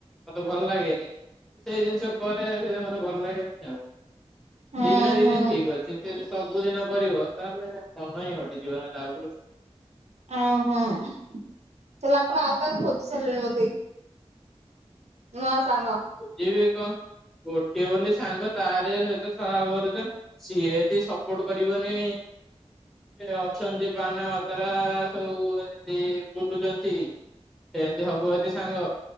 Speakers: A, in the centre; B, on the right.
A: ମତେ ଭଲ ଲାଗେନି। ସେଇ ଜିନିଷ କରେ ସେଇା ମତେ ଭଲ ଲାଗେନି ଆଉ
B: ହୁଁ
A: ଦିନ ନା ଦି
B: ହୁଁ
A: ଦିନ ଠିକ ଅଛି। ଟିକେ ବି ସବୁଦିନ କରିବ ତାହେଲେ ମନ ହିଁ ହଟିଯିବ ନା ତା ଉପରୁ।
B: ଅ ହଁ ତାହାଲେ ଆପଣ ଆଉ କାହାକୁ ଖୋଜିସାରିଲେଣି ବୋଧେ। ନୁଆ ସାଙ୍ଗ।
A: ଯିବି କଣ ଗୋଟିଏ ବୋଲି ସାଙ୍ଗ ତାରି ସହିତ ସ ସିଏ ତ ସପୋର୍ଟ କରିବନି। ଏ ଅଛନ୍ତି ବାଣ ମା ତାରା ସବୁ ଏମତି ବୁଲୁଛନ୍ତି। ସେମିତି ହବୁ ଅଛି ସାଙ୍ଗ